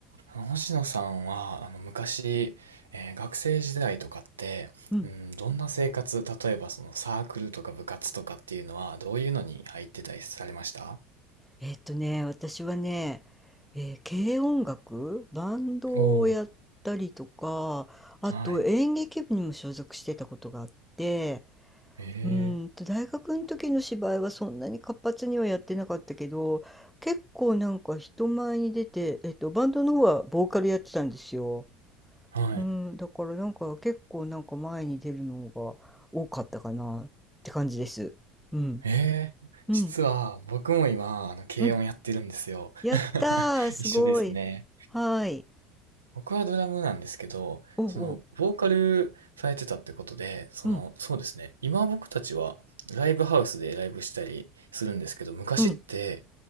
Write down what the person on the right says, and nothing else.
あの星野さんは、あの、昔、えー学生時代とかって、
うん、どんな生活、例えばそのサークルとか部活とかっていうのは、どういうのに入ってたりされました
おー
はい。え
ー、はい。
えー、
実は僕も今、あの、軽音やってるんですよ。
<laughs>
一緒ですね。
僕はドラムなんですけど、
その、ボーカルされてたってことで、その、
そうですね。今僕たちはライブハウスでライブしたりするんですけど、昔って